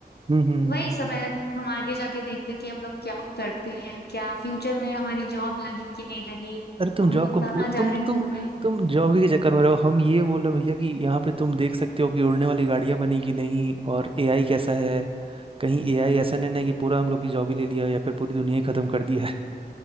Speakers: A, on the right; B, on the left.
A: हम्म हम्म हम्म।
B: वही समय हम आगे जाके देखते कि हम लोग क्या करते हैं क्या फ्यूचर में हमारी जॉब लगी कि नहीं लगी
A: अरे तुम
B: हम
A: जॉब
B: लोग
A: को
B: कहाँ
A: भू-
B: जा
A: तुम
B: रहे हैं
A: तुम
B: घूमने
A: तुम जॉब ही के चक्कर में रहो हम ये बोल रहे हैं भैया कि यहाँ पे तुम देख सकते हो कि उड़ने वाली गाड़ियाँ बनी कि नहीं और एआई कैसा है कहीं एआई ऐसा नहीं ना है कि पूरा हम लोग की जॉब ही ले लिया या फिर पूरी दुनिया ही खत्म कर दिया है